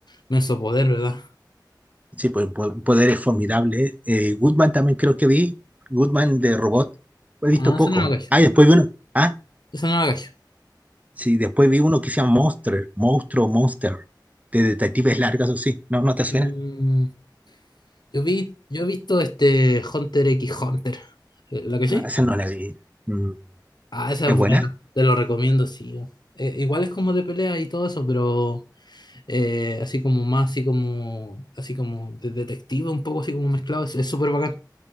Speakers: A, on the left (about 65°); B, on the right (about 20°).
A: me hizo poder, ¿verdad?
B: Sí, pues po- poderes formidables. Eh, Goodman también creo que vi. Goodman de robot. He visto
A: Ah, no, eso
B: poco.
A: no lo cacho.
B: Ah, y después vi uno. Ah,
A: Eso no lo cacho.
B: sí, después vi uno que se llama Monster. Monstruo, Monster. De detectives largas o sí. No, no te suena.
A: Mm, Yo vi, yo he visto este Hunter x Hunter. Eh, ¿La cachai?
B: Ah, esa no la vi. Mm,
A: Ah, esa
B: ¿Es
A: es buena.
B: buena?
A: Te lo recomiendo, sí. Eh, igual es como de pelea y todo eso, pero eh, así como más, así como, así como de detective, un poco así como mezclado. Es es súper bacán.